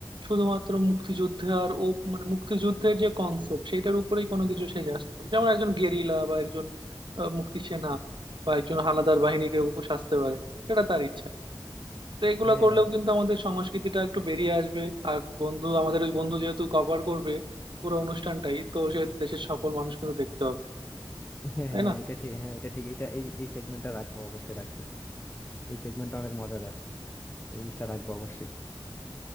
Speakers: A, on the right; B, on the left.
A: শুধুমাত্র মুক্তিযুদ্ধে আর ও মানে মুক্তিযুদ্ধের যে কনসেপ্ট সেটার উপরেই কোনো
B: হ্যাঁ
A: কিছু সেজে আসতে হবে যেমন একজন গেরিলা বা একজন আহ, মুক্তিসেনা বা একজন হানাদার বাহিনীকে ও সাজতে পারে সেটা তার ইচ্ছা তো এগুলো
B: হ্যাঁ
A: করলেও কিন্তু আমাদের সংস্কৃতিটা একটু বেরিয়ে আসবে আর বন্ধু আমাদের ওই বন্ধু যেহেতু কভার করবে পুরো অনুষ্ঠানটাই তো সেহেতু দেশের সকল মানুষ কিন্তু দেখতে পাবে
B: হ্যাঁ
A: তাই
B: হ্যাঁ,
A: না
B: এটা ঠিক হ্যাঁ এটা ঠিক এটা এই এই সেগমেন্টটা রাখবো অবশ্যই রাখবো এই সেগমেন্টটা অনেক মজাদার এই জিনিসটা রাখবো অবশ্যই